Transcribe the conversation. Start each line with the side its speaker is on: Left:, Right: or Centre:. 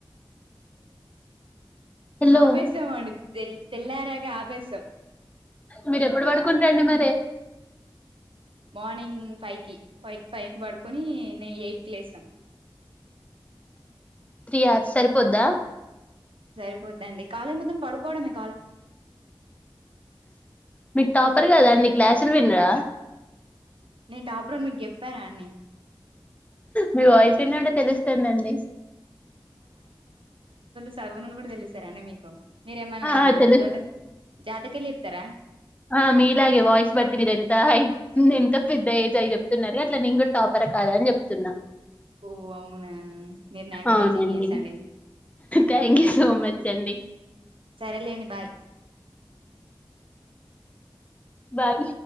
Left: హలో
Right: ఆపేశాం అండి తెల్ తెల్లారాగా ఆపేశాం
Left: మీరు ఎప్పుడు పడుకున్న రండి మరే
Right: మార్నింగ్ ఫైవ్ కి ఫైవ్ ఫైవ్ కి పడుకొని నే ఎయిట్ కి లేస్తం
Left: త్రీ అవర్స్ సరిపోద్దా
Right: సరిపోద్దండి కాలేజీ లా మొత్తం పడుకోవడంమే
Left: మీకు టాపర్ కదాండి క్లాసులు వినరా
Right: నేను టాపర్ మీకు చెప్పాన అని
Left: మీ వాయిస్ ఏంటంటే తెలుస్తుందండి
Right: చదవునులు కూడా తెలుస్తరా అండి మీకు మీరేమన్నా
Left: ఆ తెలుస్
Right: జోత జాతకలు చెప్తారా
Left: ఆ మీలాగే వాయిస్ బట్టి మీరెంత హై ఎంత పెద్ద ఏజ్ అయి జేప్ చెప్తున్నారు అట్లా నేను గూడా టాపర్ కాదా అని చెప్తున్నా
Right: ఓ అవునా మీరు నాకంటే
Left: అవునండి
Right: జీనియస్ అండి
Left: థ్యాంక్యూ సో మచ్ అండి.
Right: సరేలేండి బాయ్
Left: బాయ్